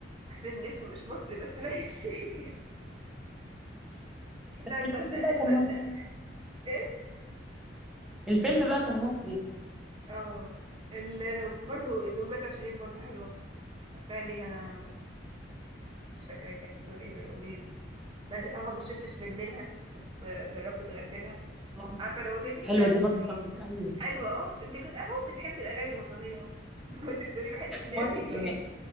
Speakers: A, on the right (about 25°); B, in the centre.
A: حسين الجسمي مش مصري بس ماشي <laughs> احنا
B: بس
A: هنصدق
B: الفيلم
A: هنصدق
B: بقى كان مصري
A: ايه
B: الفيلم بقى كان مصري
A: اه ال... برضو الاغنيه بتاعت شيرين برضو حلوه مش عارفه ليها مش فاكره هي كانت بتقول ايه في الاغنيه دي بس اه ما شربتش من نيلها طب آه، جربت تغني لها
B: آه،
A: عارفه الاغنيه دي
B: حلوة
A: بتاعت
B: دي برضه
A: شيرين
B: أوي. أيوه
A: حلوة اه انت كنت اهو بتحبي الاغاني الوطنية اهو <laughs> ما انت بتقولي بحس ان
B: مصري
A: هي فيك
B: كمان
A: ليه